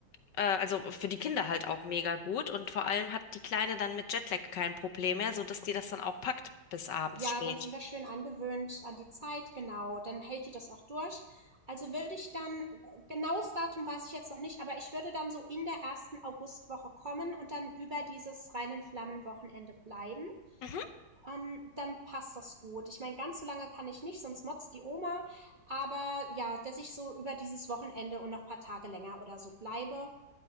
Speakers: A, on the left; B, on the right.
A: äh, also für die Kinder halt auch mega gut und vor allem hat die Kleine dann mit Jetlag kein Problem mehr, sodass die das dann auch packt bis abends
B: Ja,
A: spät.
B: dann sind wir schön angewöhnt an die Zeit, genau. Dann hält die das auch durch. Also würde ich dann, äh, genaues Datum weiß ich jetzt noch nicht, aber ich würde dann so in der ersten Augustwoche kommen und dann über dieses reinen Flammenwochenende bleiben.
A: Mhm.
B: Ähm, dann passt das gut. Ich meine, ganz so lange kann ich nicht, sonst motzt die Oma. Aber ja, dass ich so über dieses Wochenende und noch ein paar Tage länger oder so bleibe,